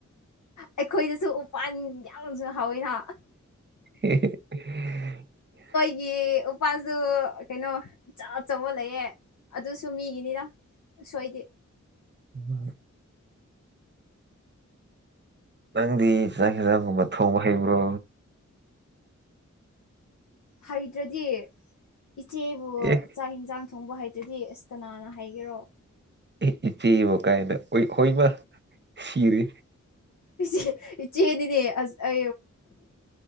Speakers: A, on the left (about 75°); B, on the right (about 35°).
A: ꯑꯩꯈꯣꯏꯗꯁꯨ ꯎ ꯄꯥꯟ ꯌꯥꯝꯅꯁꯨ ꯍꯥꯎꯋꯤꯅ
B: <unintelligible>
A: ꯑꯩꯒꯤ ꯎꯄꯥꯜꯗꯨ ꯀꯩꯅꯣ ꯑ ꯑꯆꯧꯕ ꯂꯩꯌꯦꯦ ꯑꯗꯨꯁꯨ ꯃꯤꯒꯤꯅꯤꯅ ꯁꯣꯏꯗꯤꯦꯞ
B: ꯎꯝ ꯅꯪꯗꯤ ꯆꯥꯛ ꯍꯟꯖꯥꯡꯒꯨꯝꯕ ꯊꯣꯡꯕ ꯍꯩꯕ꯭ꯔꯣ
A: ꯍꯩꯗ꯭ꯔꯗꯤ ꯏꯆꯦꯕꯨ
B: ꯑꯦ
A: ꯆꯥꯛ ꯏꯟꯁꯥꯡ ꯊꯣꯡꯕ ꯍꯩꯇ꯭ꯔꯗꯤ ꯑꯁ ꯀꯅꯥꯅ ꯍꯥꯏꯒꯦꯔꯣ
B: ꯑꯦ ꯏꯆꯦ ꯋꯥ ꯀꯥꯏꯅ ꯍꯣꯏꯃ ꯁꯤꯔꯦ
A: ꯦ ꯏ ꯆꯦꯅꯤꯅꯦ ꯑꯁ ꯑ